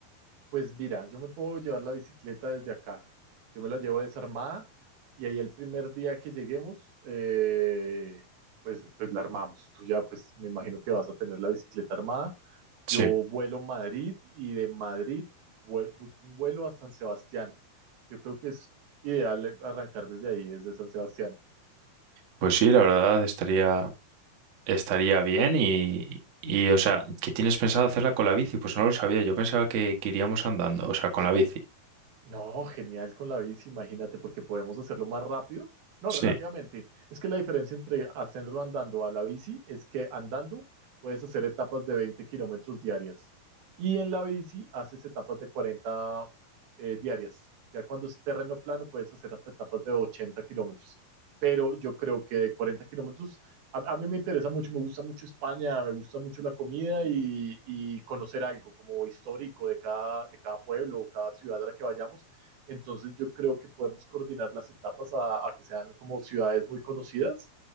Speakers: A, on the right (about 75°); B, on the right (about 55°).
A: Pues mira, yo me puedo llevar la bicicleta desde acá. Yo me la llevo desarmada y ahí el primer día que lleguemos, eh, pues, pues la armamos. Tú ya, pues me imagino que vas a tener la bicicleta armada.
B: Sí,
A: Yo vuelo a Madrid y de Madrid vue- busco un vuelo a San Sebastián. Yo creo que es ideal arrancar desde ahí, desde San Sebastián.
B: pues sí, la verdad estaría. Estaría bien y, y, o sea, que tienes pensado hacerla con la bici? Pues no lo sabía, yo pensaba que, que iríamos andando, o sea, con la bici.
A: No, genial con la bici, imagínate, porque podemos hacerlo más rápido. No,
B: Sí,
A: relativamente. Es que la diferencia entre hacerlo andando a la bici es que andando puedes hacer etapas de 20 kilómetros diarias y en la bici haces etapas de 40 eh, diarias. Ya cuando es terreno plano puedes hacer hasta etapas de 80 kilómetros. Pero yo creo que de 40 kilómetros a, a, mí me interesa mucho, me gusta mucho España, me gusta mucho la comida y, y, conocer algo como histórico de cada, de cada pueblo o cada ciudad a la que vayamos. Entonces yo creo que podemos coordinar las etapas a, a que sean como ciudades muy conocidas